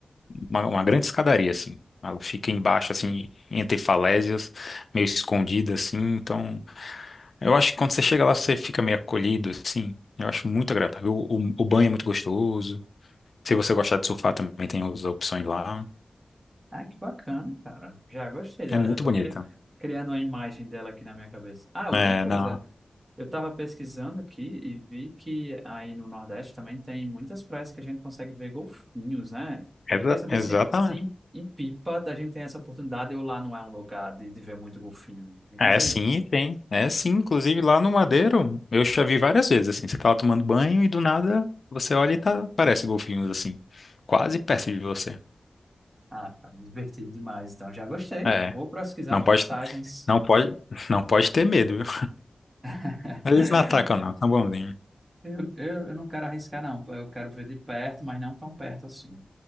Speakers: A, on the left (about 60°); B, on the right (about 30°).
A: uma, uma grande escadaria, assim. Ela fica embaixo, assim, entre falésias, meio escondida, assim. Então, eu acho que quando você chega lá, você fica meio acolhido, assim. Eu acho muito agradável. O, o, o banho é muito gostoso. Se você gostar de surfar, também tem as opções lá.
B: Ah, que bacana, cara. Já gostei dela,
A: É muito
B: já estou
A: bonita.
B: criando a imagem dela aqui na minha cabeça. Ah, outra
A: É,
B: coisa,
A: não.
B: eu estava pesquisando aqui e vi que aí no Nordeste também tem muitas praias que a gente consegue ver golfinhos, né? Eu
A: Exa-
B: queria saber
A: exatamente.
B: se, se em, em Pipa a gente tem essa oportunidade ou lá não é um lugar de, de ver muito golfinho. Me diz
A: É,
B: aí.
A: sim, tem. É, sim. Inclusive, lá no Madeiro, eu já vi várias vezes, assim. Você tá lá tomando banho e do nada você olha e tá, parece golfinhos, assim. Quase perto de você.
B: Ah, cara, divertido demais, então. Já gostei.
A: É.
B: Vou pesquisar
A: Não
B: passagens.
A: pode, não pode, não pode ter medo, viu?
B: <laughs>
A: Eles não atacam, não. São bonzinhos.
B: Eu, eu, eu não quero arriscar, não. Eu quero ver de perto, mas não tão perto assim.